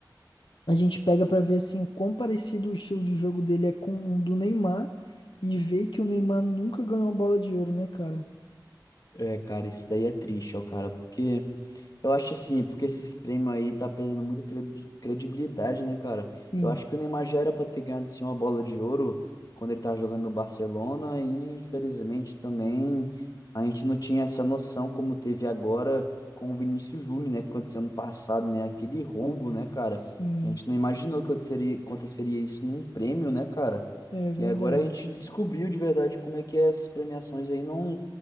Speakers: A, on the left (about 85°); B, on the left (about 50°).
A: A gente pega pra ver assim o quão parecido o estilo de jogo dele é com o do Neymar e vê que o Neymar nunca ganhou uma bola de ouro, né, cara?
B: é, cara, isso daí é triste, ó, cara, porque. Eu acho assim, é porque esses prêmios aí tá perdendo muita credi- credibilidade, né, cara?
A: Sim,
B: Eu acho que o Neymar já era pra ter ganhado sim uma bola de ouro quando ele tava jogando no Barcelona e infelizmente também a gente não tinha essa noção como teve agora com o Vinícius Júnior, né, que aconteceu ano passado, né, aquele roubo, né, cara?
A: sim,
B: A gente não imaginou que aconteceria aconteceria isso num prêmio, né, cara?
A: é verdade.
B: E agora a gente descobriu de verdade como é que essas premiações aí não